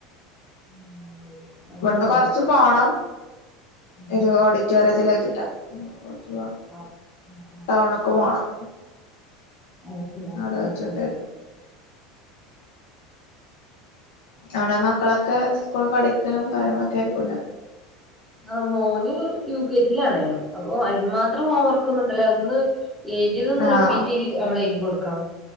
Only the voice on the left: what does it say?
ഇവിട്ന്ന് കൊർച്ച് പോണം ഒരു
ഓഡിറ്റോറിയത്തിൽ വെച്ചിട്ടാ കൊർച്ച് പോണം
ടൗണ്ക്ക് പോണം
അവിടെ വെച്ചിട്ട്
അവ്ടെ മക്കളൊക്കെ സ്കൂൾ പഠിക്കലും കാര്യങ്ങളൊക്ക ആയിരിക്കുലെ?
ആഹ്